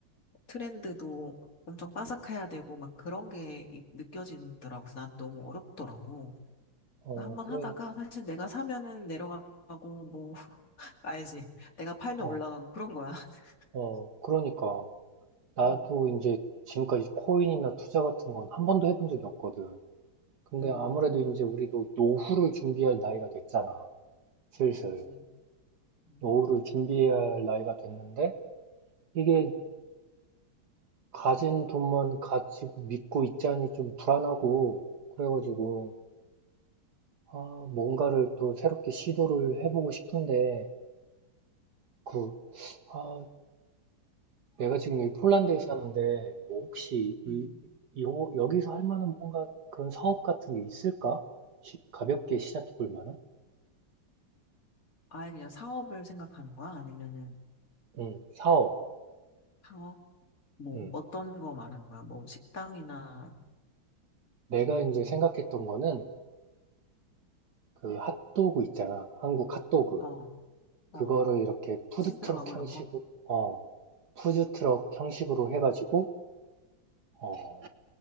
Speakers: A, on the left (about 40°); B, on the right (about 55°).
A: 트렌드도 엄청 빠삭해야 되고 막 그런 게 이- 느껴지더라고. 그래서 난 너무 어렵더라고.
B: 어,
A: 그래서 한번
B: 그래.
A: 하다가 사실 내가 사면은 내려가고 뭐, <laughs> 알지. 내가 팔면
B: 어,
A: 올라가고 그런 거야. <laughs>
B: 어, 그러니까. 나도
A: 어,
B: 이제 지금까지 코인이나 투자 같은 건 한 번도 해본 적이 없거든. 근데
A: 음,
B: 아무래도 이제 우리도 노후를 준비할 나이가 됐잖아. 슬슬.
A: 그렇지. 음,
B: 노후를 준비해야 할 나이가 됐는데 이게 가진 돈만 가지고 믿고 있자니 좀 불안하고 그래가지고 아, 뭔가를 또 새롭게 시도를 해보고 싶은데 그 아, 내가 지금 여기 폴란드에
A: 그럼,
B: 사는데 뭐 혹시 이,
A: 음,
B: 이 요- 여기서 할 만한 뭔가 그런 사업 같은 게 있을까? 시- 가볍게 시작해 볼 만한?
A: 아예 그냥 사업을 생각하는 거야? 아니면은
B: 응 사업.
A: 창업? 뭐,
B: 응.
A: 어떤 거 말하는 거야? 뭐, 식당이나,
B: 내가
A: 음,
B: 이제 생각했던 거는 그 핫도그 있잖아. 한국 핫도그.
A: 어, 어,
B: 그거를 이렇게 푸드트럭
A: 치즈 들어가고 이런
B: 형식으로,
A: 거?
B: 어, 푸드트럭 형식으로 해가지고, 어,